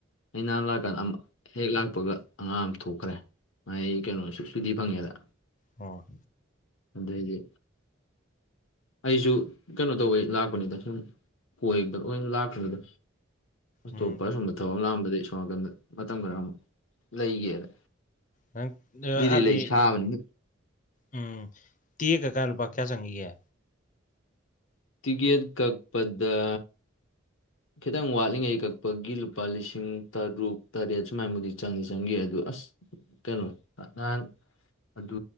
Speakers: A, on the left (about 80°); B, on the left (about 40°).
A: ꯑꯩ ꯅꯍꯥꯟ ꯂꯥꯛꯑꯀꯥꯟꯗ ꯑꯃ ꯑꯩ ꯍꯦꯛ ꯂꯥꯛꯄꯒ ꯑꯉꯥꯡ ꯑꯃ ꯊꯣꯛꯈ꯭ꯔꯦ ꯃꯥꯥꯏ ꯀꯩꯅꯣ ꯁꯨꯇꯤ ꯐꯪꯉꯦꯅ
B: ꯑꯣ
A: ꯑꯗꯒꯤ ꯑꯩꯁꯨ ꯀꯩꯅꯣ ꯇꯧꯕꯩ ꯂꯥꯛꯄꯅꯤꯗ ꯁꯨꯝ ꯀꯣꯏꯕ ꯑꯣꯏ ꯂꯥꯛꯄꯅꯤꯗ ꯑꯇꯣꯞꯄ
B: ꯎꯝ
A: ꯑꯁꯨꯝꯕ ꯊꯕꯛ ꯂꯥꯡꯑꯝꯕꯗ ꯁꯣꯝ ꯅꯥꯀꯟꯗ ꯃꯇꯝ ꯈꯔ ꯑꯃꯨꯛ ꯂꯩꯒꯦꯅ
B: ꯅꯪ ꯑ-
A: ꯗꯦꯜꯂꯤ
B: ꯑꯥꯗꯤ
A: ꯂꯩ ꯁꯥꯕꯅꯤ
B: ꯎꯝ ꯇꯤꯀꯦꯠ ꯀꯛꯑꯥ ꯀꯥꯟꯗ ꯂꯨꯄꯥ ꯀꯌꯥ ꯆꯪꯈꯤꯒꯦ
A: ꯇꯤꯀꯦꯠ ꯀꯛꯄꯗ ꯈꯤꯇꯪ ꯋꯥꯠꯂꯤꯉꯩ ꯀꯛꯄꯒꯤ ꯂꯨꯄꯥ ꯂꯤꯁꯤꯡ ꯇꯔꯨꯛ ꯇꯔꯦꯠ ꯁꯨꯃꯥꯏꯕꯨꯗꯤ ꯆꯪꯗꯤ ꯆꯪꯈꯤ ꯑꯗꯨꯗ ꯑꯁ ꯀꯩꯅꯣ ꯅꯍꯥꯟ ꯑꯗꯨ